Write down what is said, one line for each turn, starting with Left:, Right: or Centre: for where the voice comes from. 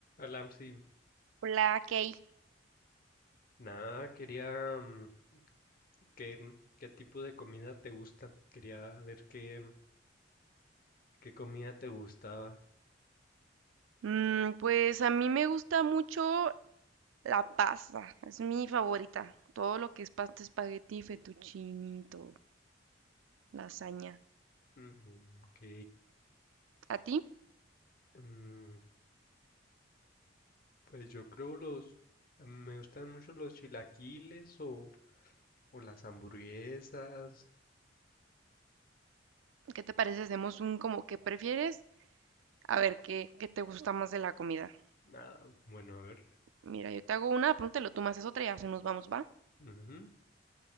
Left: Alam, sí.
Right: Hola, Kay.
Left: Nada, quería mm, qué, qué tipo de comida te gusta. Quería ver qué, qué comida te gustaba.
Right: Mm, pues a mí me gusta mucho la pasta, es mi favorita. Todo lo que es pasta, espagueti, fettuccine, y todo, lasaña.
Left: Mm, ok.
Right: ¿A ti?
Left: Mm, pues yo creo los... Me gustan mucho los chilaquiles o, o las hamburguesas.
Right: ¿Qué te parece? Hacemos un como que prefieres, a ver qué, qué te gusta más de la comida.
Left: Ah, bueno, a ver.
Right: Mira, yo te hago una, pregúntalo, tú me haces otra y así nos vamos, ¿va?
Left: Ujú.